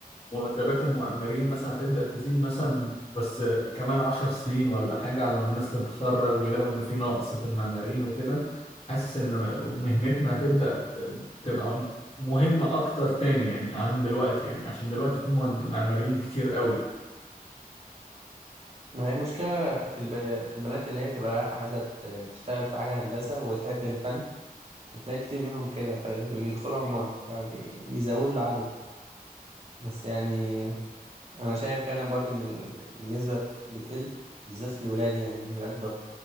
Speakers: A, on the left; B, on the right.
A: مرتبات المؤمرين مثلا هتبدأ تزيد مثلا بس كمان عشر سنين ولا حاجة على ما الناس تتخرج ويلاقوا إن في نقص في المعماريين وكده حاسس إن مهنتنا هتبدأ ت- تبقى مهمة أكتر تاني يعني عن دلوقتي يعني عشان دلوقتي في مهن- معماريين كتير قوي
B: ما هي المشكله في الب... في البنات اللي هي تبقى رايحه عايزه ت- تشتغل في حاجه هندسه وتحب الفن وتلاقي كتير منهم كده فيدخلوا عماره فبيزودوا العدد بس يعني انا شايف فعلا برضو ان ال- النسبه بتقل بالذات في الولاد يعني الولاد بط